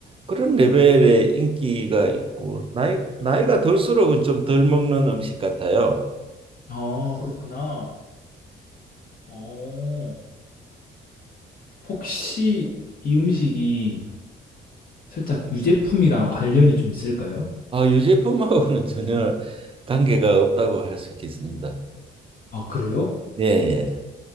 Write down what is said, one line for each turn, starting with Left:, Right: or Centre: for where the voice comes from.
Right: 그런 레벨의 인기가 있고 나이 나이가 들수록은 좀 덜 먹는 음식 같아요.
Left: 아, 그렇구나. 어, 혹시 이 음식이 살짝 유제품이랑 관련이 좀 있을까요?
Right: 아, 유제품하고는 <laughs> 전혀 관계가 없다고 할 수 있겠습니다.
Left: 아 그래요?
Right: 예, 예.